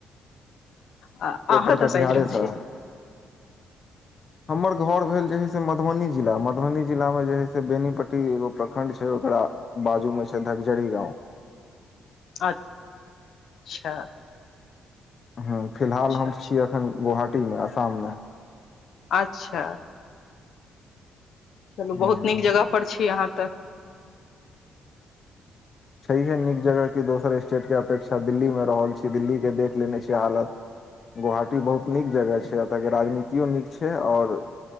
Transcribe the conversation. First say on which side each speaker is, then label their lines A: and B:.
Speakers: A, on the left; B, on the left.
A: अहाँ
B: प्रॉपर
A: तऽ
B: कटिहारेसँ
A: साजि रहल छी
B: हमर घर भेल जे है से मधुबनी जिला मधुबनी जिला मे जे है से बेनीपट्टी एगो प्रखंड छै ओकरा बाजूमे छै धगजरी गाँव
A: अच्छाऽ
B: हू फिलहाल हम
A: अच्छा
B: छी अखन गोहाटीमे आसाममे
A: अच्छा चलू बहुत
B: हँ,
A: नीक जगह पर छी अहाँ तऽ
B: छैहे नीक जगह कि दोसर स्टेटके अपेक्षा दिल्लीमे रहल छी दिल्लीके देख लेने छीियै हालत गुवाहाटी बहुत नीक जगह छै एतयके राजनीतियो नीक छै आओर